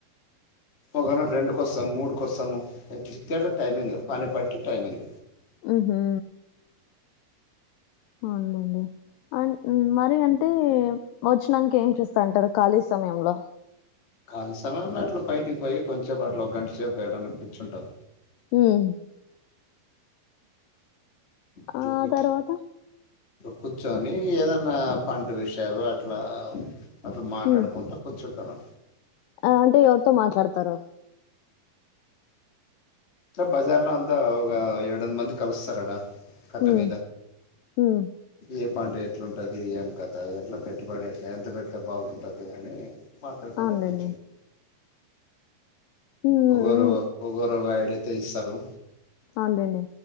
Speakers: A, on the left; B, on the left.
A: ఒకనాడు రెండుక వస్తాము మూడుక వస్తాము ట్ టైమింగ్ పని పడి టైమింగ్
B: హ్మ్మ్ హు అవునండి అ మరి అంటే వచ్చినాక ఏం చేస్తా అంటారు ఖాళీ సమయంలో
A: కాలీ సమయం అట్లా బైటికి పోయి కొంచేపు అట్లా ఒక గంట సేపు ఏడన్న కూర్చుటము
B: హ్మ్
A: అట్ల
B: ఆ
A: కు
B: తర్వాత
A: కూర్చొని ఏదన్నా పంట విషయాలు అట్లా అట్లు మాట్లాడుకుంటా
B: ఉమ్
A: కూర్చుంటాం అ
B: ఆ అంటే ఎవరితో మాట్లాడతారు
A: అ బజార్ లో అంతా ఒక ఏడ వంద మంది కలుస్తారడా కఖట్ట
B: ఉమ్
A: మీద
B: ఉమ్
A: ఏ పండు ఎట్లంటది ఏం కద ఎట్లా పెట్టుబడి ఎట్లా ఎంత పెతే బాగుంటది అని మాట్డుకంట
B: అవునులేండి
A: కొచ్చ
B: ఉమ్
A: ఒగోరు
B: ఉమ్
A: ఒగరుగా ఎడైతే ఇస్తారు
B: ఆదనే